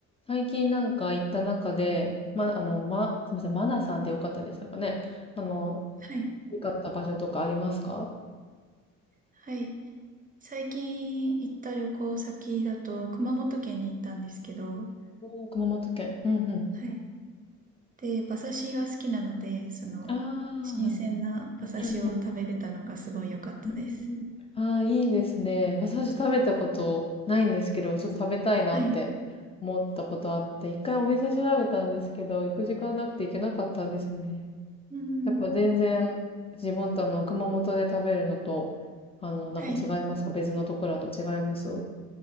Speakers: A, on the left; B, on the right.
A: 最近なんか行った中で、ま、あの、ま、すみません、マナさんでよかったでしたかね。あの、
B: はい。
A: 良かった場所とかありますか
B: はい。最近行った旅行先だと、熊本県に行ったんですけど、
A: おー、熊本県。うんうん。
B: はい。で、馬刺しが好きなので、その、
A: ああ、
B: 新鮮な馬刺しを食べれたのがすごい良かったです。
A: なるほど。うんうん。うーん。ああー、いいですね。私食べたことないんですけど、ちょっと食べたいなって思ったことあって、
B: はい。
A: 一回お店調べたんですけど、行く時間なくて行けなかったんですよね。
B: うん。
A: やっぱ全然自分とあの、熊本で食べるのと、あの、なんか違いますか別のところだと違います
B: はい。